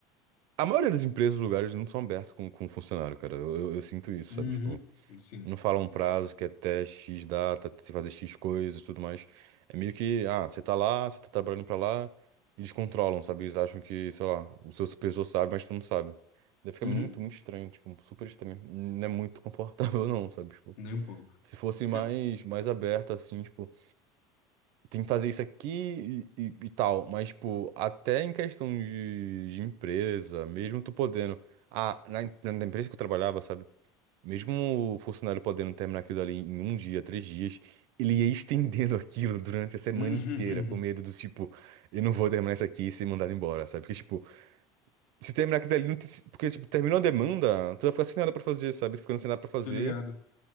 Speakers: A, on the right; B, on the left.
A: A maioria das empresas, lugares, não são abertos com, com funcionário, cara. Eu, eu, eu sinto isso,
B: Uhum,
A: sabe? Tipo,
B: sim.
A: não falam um prazo que é até X data, tem que fazer X coisas e tudo mais. É meio que, ah, você tá lá, você tá trabalhando pra lá, eles controlam, sabe? Eles acham que, sei lá, o seu supervisor sabe, mas tu não sabe. Daí fica
B: Uhum,
A: muito, muito estranho, tipo, super estranho. Não é muito confortável, <laughs> não, sabe? Tipo.
B: nem um pouco.
A: Se fosse
B: Ca-
A: mais, mais aberta, assim, tipo, tem que fazer isso aqui e, e- e tal. Mas, tipo, até em questão de, de empresa, mesmo tu podendo. Ah, na, em- na empresa que eu trabalhava, sabe? Mesmo o funcionário podendo terminar aquilo ali em um dia, três dias, ele ia <laughs> estendendo aquilo durante a semana
B: <laughs>
A: inteira, com medo do tipo, eu não vou terminar isso aqui e ser mandado embora, sabe? Porque, tipo, se terminar aquilo ali, não tem, se- porque, tipo, terminou a demanda, tu vai ficar sem nada pra fazer, sabe? Ficando sem nada pra fazer,
B: Tô ligado.